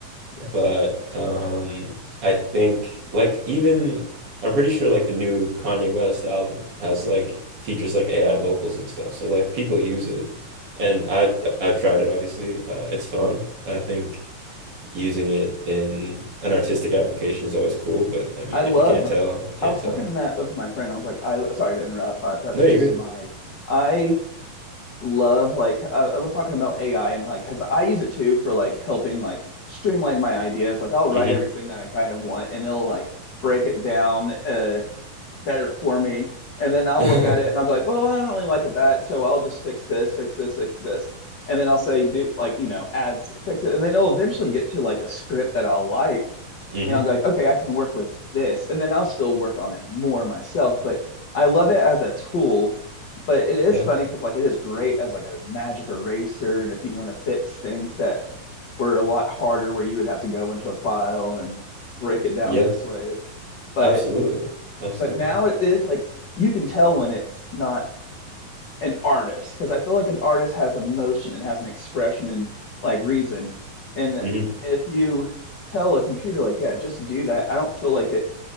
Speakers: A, on the left (about 70°); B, on the right (about 40°).
A: Yes.
B: But um I think like even I'm pretty sure like the new Kanye West album has like features like AI vocals and stuff. So like people use it. And I've I've tried it obviously. Uh it's fun. I think using it in an artistic application is always cool, but I mean
A: I love,
B: if you can't tell, you can't
A: I was
B: tell.
A: talking that with my friend. I was like, I, sorry to interrupt. I, that's
B: No,
A: just
B: you're good.
A: my, I love like, I, I love talking about AI and how, like, 'cause I use it too for like helping like streamline my ideas. Like, I'll write
B: hmm
A: everything that I kind of want and it'll like break it down, uh, better for me. And then I'll
B: <laughs>
A: look at it and I'll go like, well, I don't really like it that, so I'll just fix this, fix this, fix this. And then I'll say, do like, you know, ads, fix it. And then it'll eventually get to like a script that I'll like.
B: hmm
A: And I'll go like, okay, I can work with this. And then I'll still work on it more myself. But I love it as a tool. But it is
B: Yeah.
A: funny because like it is great as like a magic eraser. And if you want to fix things that were a lot harder where you would have to go into a file and break it down
B: Yeah.
A: this way. But
B: Absolutely. Absolutely.
A: but now it is like you can tell when it's not an artist because I feel like an artist has emotion and has an expression and like reason. And
B: hmm
A: if you tell a computer like, yeah, just do that, I don't feel like it